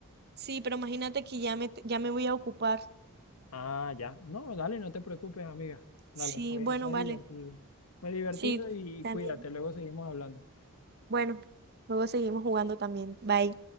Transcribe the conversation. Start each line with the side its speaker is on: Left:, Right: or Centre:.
Right: sí, pero imagínate que ya me, ya me voy a ocupar.
Left: Ah, ya. No, dale, no te preocupes, amiga. Dale,
Right: Sí,
Left: fue,
Right: bueno,
Left: fue
Right: vale.
Left: divertido. Fue divertido
Right: Sí,
Left: y
Right: también.
Left: cuídate, luego seguimos hablando.
Right: Bueno, luego seguimos jugando también. Bye.